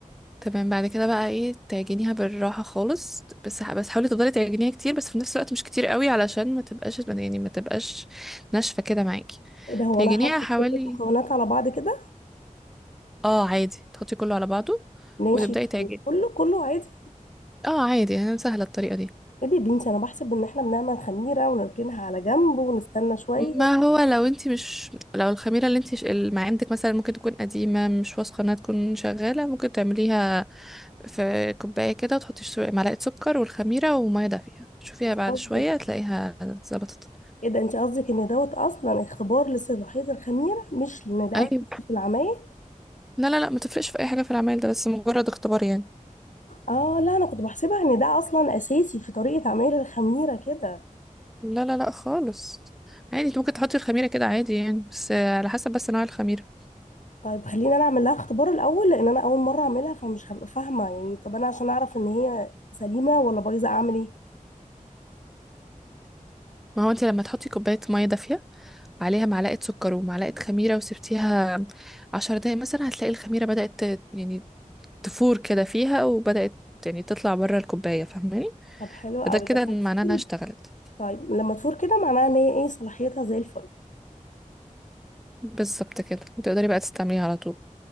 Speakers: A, in the centre; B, on the left.
A: تمام بعد كده بقى ايه تعجنيها بالراحة خالص بس ح- بس حاولي تفضلي تعجنيها كتير بس في نفس الوقت مش كتير قوي علشان ما تبقاش يعني ما تبقاش ناشفة كده معاكي
B: ايه ده هو
A: تعجنيها
B: انا هحط
A: حوالي
B: كل المكونات على بعض كده
A: اه عادي تحطي كله على بعضه
B: ناشف
A: وتبدأي تعجني
B: وكله كله عادي
A: اه عادي يعني سهلة الطريقة دي
B: ايه دي يا بنتي انا بحسب ان احنا بنعمل خميره ونركنها على جنب ونستنى شويه
A: ما هو لو انت مش لو الخميرة اللي انت اللي ما عندك مثلا ممكن تكون قديمة مش واثقة انها تكون شغالة ممكن تعمليها في كوباية كده وتحطي شو- معلقة سكر والخميرة ومية دافية شوفيها
B: انت
A: بعد
B: قصدك
A: شوية تلاقيها ظبطت
B: ايه ده انت قصدك ان دوت اصلا اختبار لصلاحيه الخميره مش ان ده
A: ايوه
B: اساسي في العمايل
A: لا لا لا ما تفرقش في اي حاجة في العمل ده بس مجرد اختبار يعني
B: اه لا انا كنت بحسبها ان ده اصلا اساسي في طريقه عمايل الخميره كده
A: لا لا لا خالص عادي انت ممكن تحطي الخميرة كده عادي يعني بس على حسب بس نوع الخميرة
B: طيب خلينا انا اعمل لها اختبار الاول لان انا اول مره اعملها فمش هبقى فاهمه يعني طب انا عشان اعرف ان هي سليمه ولا بايظه اعمل ايه
A: ما هو انت لما تحطي كوباية مية دافية وعليها معلقة سكر ومعلقة خميرة وسبتيها عشر دقايق مثلا هتلاقي الخميرة بدأت ت- يعني تفور كده فيها وبدأت يعني تطلع بره الكوباية فاهماني
B: طب حلو قوي
A: فده كده
B: لما
A: معناه
B: تفور
A: انها اشتغلت
B: طيب لما تفور كده معناها ان هي ايه صلاحيتها زي الفل
A: بالظبط كده وتقدري بقى تستعمليها على طول